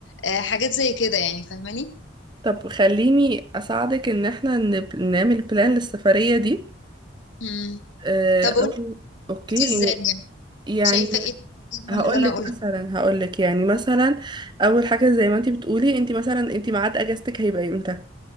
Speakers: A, on the left (about 80°); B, on the right (about 25°).
A: أه حاجات زي كده يعني فاهماني
B: طب خليني اساعدك ان احنا نب- نعمل بلان للسفرية دي
A: مم.
B: آه،
A: طب قولي
B: او اوكي
A: انت ازاي يعني
B: يعني
A: شايفه ايه من
B: هقول
A: اللي انا
B: لك
A: قلته
B: مثلا هقول لك يعني مثلا اول حاجة زي ما انت بتقولي انت مثلا انت ميعاد اجازتك هيبقى امتى